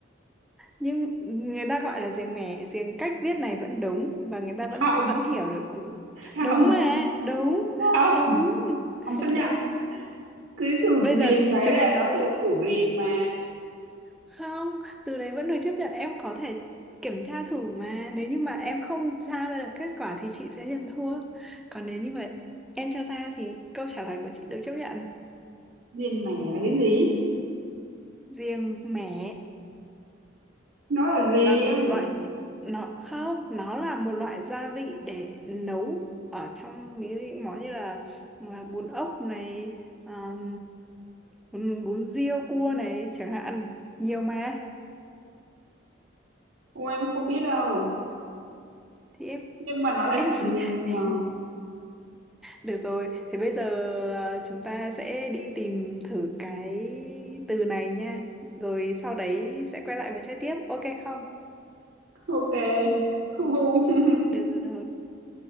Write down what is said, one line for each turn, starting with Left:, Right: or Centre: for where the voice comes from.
Centre: nhưng người ta gọi là riềng mẻ riềng cách viết này vẫn đúng và người ta
Right: không
Centre: vẫn vẫn hiểu được đúng
Right: không
Centre: đúng mà đúng
Right: không
Centre: đúng
Right: không chấp nhận
Centre: đúng
Right: cái từ
Centre: bây
Right: riềng
Centre: giờ
Right: đấy
Centre: chúng
Right: là nó từ củ riềng mà
Centre: Không, từ đấy vẫn được chấp nhận em có thể kiểm tra thử mà nếu như mà em không tra ra được kết quả thì chị sẽ nhận thua còn nếu như mà em tra ra thì câu trả lời của chị được chấp nhận
Right: diên mè là cái gì
Centre: riêng mẻ
Right: nó là riêng
Centre: là một loại nó không nó là một loại gia vị để nấu ở trong ví dụ như món như là, là bún ốc này um, bún, bún riêu cua này chẳng hạn nhiều mà
Right: Ô, em không biết đâu
Centre: thì em
Right: nhưng mà nó là
Centre: em
Right: gì mà
Centre: <laughs> Được rồi, thế bây giờ à, chúng ta sẽ đi tìm thử cái từ này nha. Rồi sau đấy sẽ quay lại và chơi tiếp, ok không?
Right: ok <laughs> Hu hu.
Centre: Được rồi,